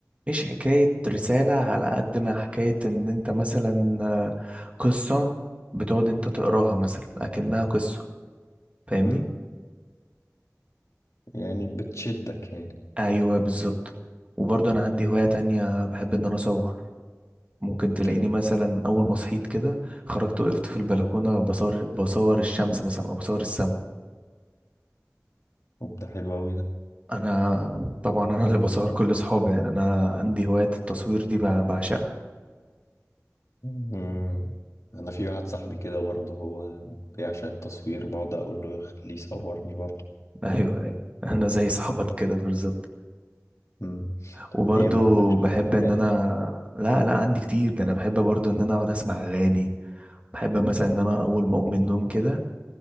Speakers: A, on the right (about 25°); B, on the left (about 75°).
A: مش حكاية رسالة على قد ما حكاية إن أنت مثلا آه، قصة بتقعد أنت تقراها مثلا أكنها قصة فاهمني؟
B: مم. يعني بتشدك يعني
A: أيوه بالظبط وبرضه أنا عندي هواية تانية بحب إن أنا أصور ممكن تلاقيني
B: بتحب
A: مثلا اول ما صحيت كده خرجت وقفت في البلكونه بصور بصور الشمس مثلا او بصور السماء
B: طب ده حلو قوي ده.
A: انا طبعا انا اللي بصور كل صحابي يعني انا عندي هوايه التصوير دي بع- بعشقها
B: مم. انا في واحد صاحبي كده برضه هو بيعشق التصوير بقعد اقول له خليه يصورني برضه
A: <laughs> ايوه ايوه انا زي صاحبك كده بالظبط
B: مم. طب
A: وبرضو
B: ايه ما عندكش
A: بحب
B: هواية
A: ان
B: يعني
A: انا لا لا عندي كتير ده انا بحب برضو ان انا اقعد اسمع اغاني بحب مثلا ان انا اول ما اقوم من النوم كده